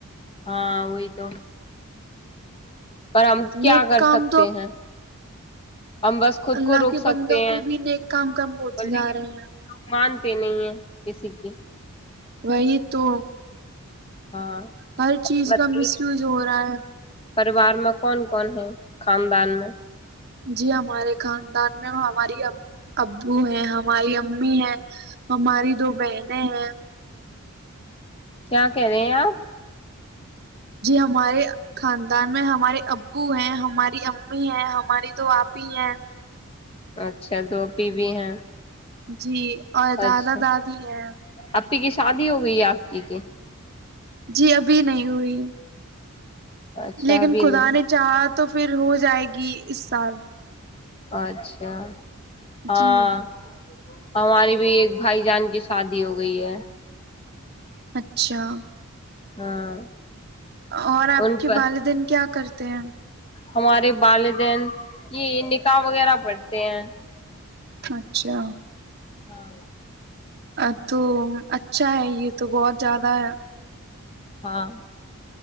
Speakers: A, on the left; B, on the right.
A: ہاں وہ تو پر ہم کیا
B: نیک
A: کر
B: کام
A: سکتے
B: تو اب
A: ہیں ہم بس خود
B: اللہ
A: کو روک
B: کے
A: سکتے
B: بندوں
A: ہیں
B: کے بھی نیک کام کم ہوتے
A: اور لیکن
B: جا رہے ہیں
A: مانتے نہیں ہیں کسی کی
B: وہی تو
A: ہاں
B: ہر چیز
A: بتائیے
B: کا مس یوز ہو رہا ہے
A: پریوار میں کون کون ہے خاندان میں
B: جی ہمارے خاندان میں ہماری ابو ہیں ہماری امی ہے ہماری دو بہن نہیں ہے
A: کیا کہہ رہے ہیں آپ
B: ہمارے خاندان میں ہمارے ابو ہیں ہماری امی ہیں ہماری دو آپی ہیں
A: اچھا تواپی بھی ہیں
B: جی اور دادا
A: اچھا
B: دادی ہیں
A: اپی کی شادی ہو گئی ہے آپ کی کی
B: جی ابھی نہیں ہوئی
A: اچھا
B: لیکن
A: ابھی
B: خدا
A: نہیں
B: نے چاہا تو پھر ہو جائے گی اس سال
A: اچھا ہاں
B: جی
A: ہماری بھی ایک بھائی جان کی شادی ہو گئی ہے
B: اچھا
A: ہاں
B: اور آپ
A: ان
B: کے
A: پر
B: والدین کیا کرت تے ہیں
A: ہمارے والدین یہ نکاح وغیرہ پڑتے ہیں
B: اچھا
A: ہاں
B: ا تو اچھا ہے یہ تو بہت زیادہ ہے
A: ہاں